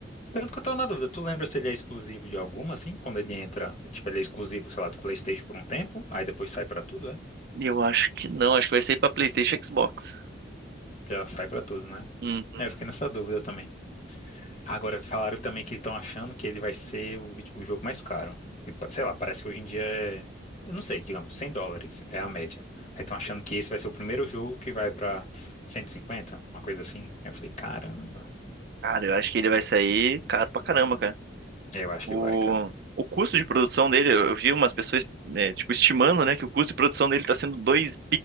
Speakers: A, on the left; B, on the right.
A: Tanto que eu tô na dúvida, tu lembra se ele é exclusivo de alguma, assim, quando ele entra, tipo, ele é exclusivo, sei lá, do PlayStation por um tempo, aí depois sai pra tudo, é?
B: E eu acho que não, acho que vai sair pra PlayStation e Xbox.
A: Já sai pra tudo, né?
B: Hum,
A: É, eu fiquei nessa dúvida também. Agora, falaram também que estão achando que ele vai ser o, vide- o jogo mais caro. E, pa- sei lá, parece que hoje em dia é. Eu não sei, digamos, 100 dólares é a média. Aí estão achando que esse vai ser o primeiro jogo que vai pra 150 uma coisa assim. Aí eu falei, caramba.
B: cara, eu acho que ele vai sair caro pra caramba, cara.
A: É, Eu acho
B: O,
A: que vai, cara.
B: o custo de produção dele, eu eu vi umas pessoas, é, tipo, estimando, né, que o custo de produção dele tá sendo dois